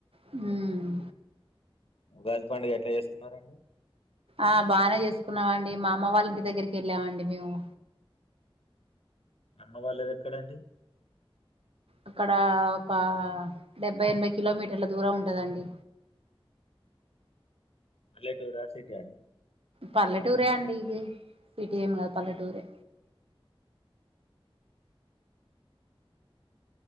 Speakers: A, on the right; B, on the left.
A: హమ్
B: ఉగాది పండుగ ఎట్లా చేస్తున్నారంండి
A: ఆ బాగానే చేసుకున్నామండి మా అమ్మ వాళ్ళ ఇంటి దగ్గరికి వెళ్ళామండి మేము
B: అమ్మ వలేది ఎక్కడడి
A: అక్కడ ఒక డెబ్బై ఎనభై కిలోమీటర్ల దూరం ఉంటుందండి
B: మల్లెటూరు రాసిటి అండి
A: పల్లటూరే అడి ఇది సిటిమ ఏం కాదు పల్లెటూరు